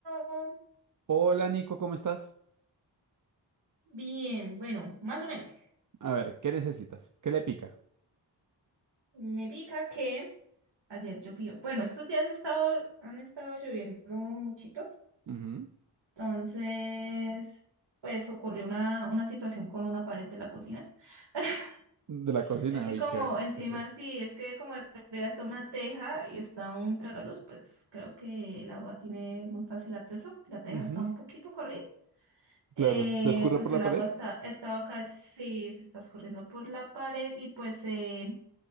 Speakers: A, on the right; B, on the right.
A: Bueno,
B: Hola Nico, ¿cómo estás?
A: Bien, bueno, más o menos.
B: A ver, ¿qué necesitas? ¿Qué le pica?
A: Me pica que ayer llovió. Bueno, estos días ha estado, han estado lloviendo muchito.
B: Ujú.
A: Entonces, pues ocurrió una, una situación con una pared de la cocina. <laughs>
B: De la cocina,
A: Es que
B: uy,
A: como
B: qué,
A: encima,
B: qué feo.
A: sí, es que como arriba está una teja y está un tragaluz, pues creo que el agua tiene muy fácil acceso. La teja
B: Ujú,
A: está un poquito corrida.
B: Claro,
A: Eh,
B: se escurre
A: pues
B: por la
A: el agua
B: pared.
A: está, estaba casi, se está escurriendo por la pared y pues... eh,